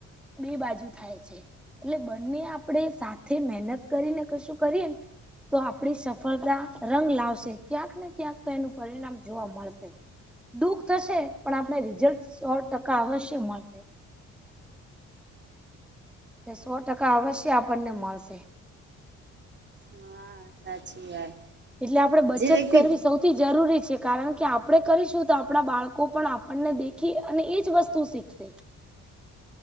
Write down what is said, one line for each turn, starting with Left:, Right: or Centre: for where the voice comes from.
Centre: બે બાજુ થાય છે. એટલે બંને આપણે સાથે મહેનત કરીને કશું કરીએ ને તો આપડી સફળતા રંગ લાવશે ક્યાંક ને ક્યાંક તો એનું પરિણામ જોવા મળશે દુઃખ થશે પણ આપને રિઝલ્ટ સો ટકા અવશ્ય મળશે. એ સો ટકા અવશ્ય આપણને મળશે.
Right: હા. સાચી વાત.
Centre: એટલે આપણે બચત
Right: જે વ્યક્તિ
Centre: કરવી સૌથી સથી જરૂરી છે કારણ કે આપણે કરીશું તો આપણા બાળકો પણ આપણને દેખી અને એ જ વસ્તુ શીખશે.
Right: <inaudible>